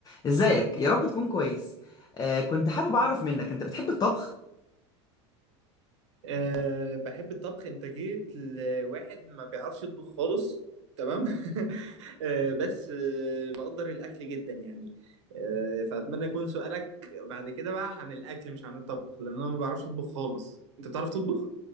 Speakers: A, on the left; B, on the right.
A: ازيك يا رب تكون كويس آه كنت حابب اعرف منك انت بتحب الطبخ
B: أه بحب الطبخ انت جيت لواحد ما بيعرفش يطبخ خالص تمام <laughs> أه بس أه بقدر الاكل جدا يعني أه فاتمنى يكون سؤالك بعد كده بقى عن الاكل مش عن الطبخ لان انا ما بعرفش اطبخ خالص انت بتعرف تطبخ